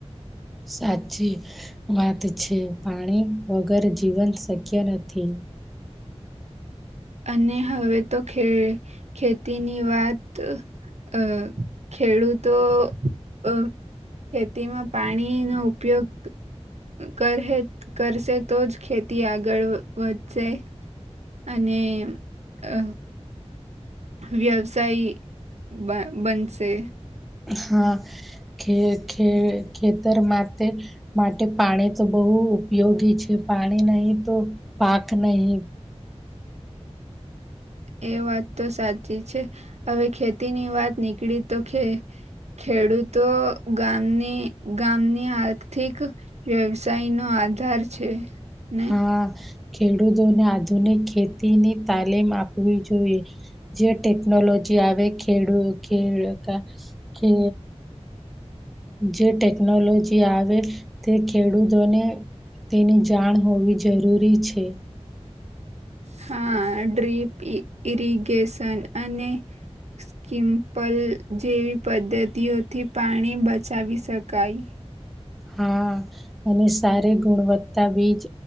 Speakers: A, in the centre; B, on the right.
A: સાચી વાત છે, પાણી વગર જીવંત શક્ય નથી.
B: <inaudible> અને હવે, તો ખે ખેતીની વાત અ ખેડૂતો અ ખેતીમા પાણી, નો ઉપયોગ કરહે કરશે, તો જ ખેતી આગળ વધશે અને અ વ્યવસાય બન બનશે
A: હા, ખે ખે ખેતર માટે માટે પાણી, તો બહુ બવ ઉપયોગી છે, પાણી નહી. તો પાક નહી
B: એ વાત તો સાચી છે, હવે ખેતીની વાત નીકળી તો ખે ખેડૂતો ગામની ગામની આર્થિક, વ્યવસાય નો આધાર છે. ને
A: હા ખેડૂતોને, આધુનિક ખેતીની તાલીમ આપવી જોઈએ, જે ટેકનોલોજી જે આવે, ખેડૂત ખેતી કે જે ટેકનોલોજી આવે, તે ખેડૂતોને તેની જાણ હોવી, જરૂરી છે.
B: હા, ડ્રીપ ઇરિગેશન અને સ્કિમ્પલ જેવી પદ્ધતિઓથી, પાણી બચાવી શકાય.
A: હા, અને સારી ગુણવત્તા બીજ,